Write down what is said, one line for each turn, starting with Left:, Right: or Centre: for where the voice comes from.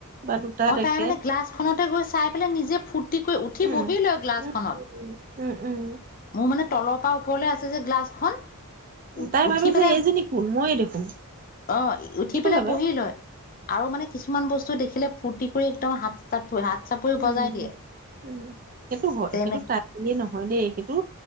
Right: বা দুটা
Left: অ'
Right: দেখে
Left: তাই মানে গ্লাছখনতে গৈ চাই পেলাই, নিজে ফূৰ্তি কৰি উঠি
Right: উম
Left: বহি লয় গ্লাছখনত।
Right: উম উম উম, উম,
Left: মোৰ মানে তলৰ পৰা ওপৰলে আছে যে গ্লাছখন উ
Right: তাই
Left: উঠি
Right: ভাবে
Left: পেলাই,
Right: যে এইজনী কোন মইয়ে দেখোন
Left: অ, উঠি
Right: সেইটো
Left: পেলাই
Right: ভাবে।
Left: বহি লয়। আৰু মানে কিছুমান বস্তু দেখিলে ফূৰ্তি কৰি একদম হাত <unintelligible> হাত চাপ পৰি
Right: উম,
Left: বজাই দিয়ে।
Right: উম সেইটো হয়।
Left: তেনে
Right: সেইটো তাই বুলিয়ে নহয় দেই, সেইটো